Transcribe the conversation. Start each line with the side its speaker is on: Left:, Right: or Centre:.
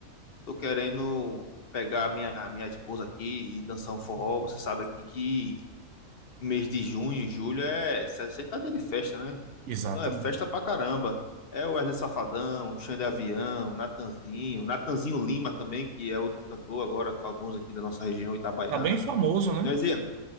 Left: Tô querendo pegar a minha, a minha esposa aqui e dançar um forró, você sabe aqui que mês de junho, julho é 60 dias de festa, né?
Right: exatamente.
Left: Então é festa pra caramba. É o Wesley Safadão, Xande Avião, Natanzinho, Natanzinho Lima também, que é outro cantor agora famoso aqui da nossa região, Itabaiana.
Right: Tá bem famoso,
Left: Mas
Right: né?
Left: e,